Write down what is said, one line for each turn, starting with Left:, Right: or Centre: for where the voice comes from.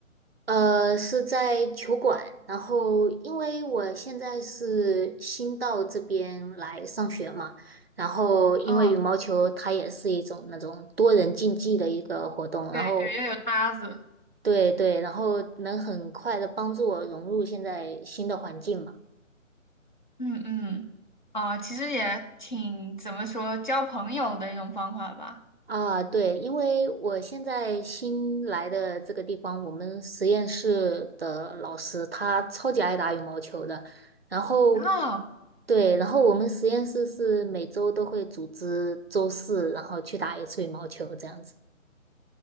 Right: 呃，是在球馆，然后因为我现在是新到这边来上学嘛，然后因为羽毛球它也是一种那种多人竞技的一个活动，
Left: 哦，对对，
Right: 然后
Left: 要有搭子。
Right: 对对，然后能很快的帮助我融入现在新的环境嘛。
Left: 嗯嗯，啊、其实也挺怎么说，交朋友的一种方法吧。
Right: 啊，对，因为我现在新来的这个地方，我们实验室的老师他超级爱打羽毛球的，然后
Left: 哦，
Right: 对，然后我们实验室是每周都会组织周四，然后去打一次羽毛球这样子。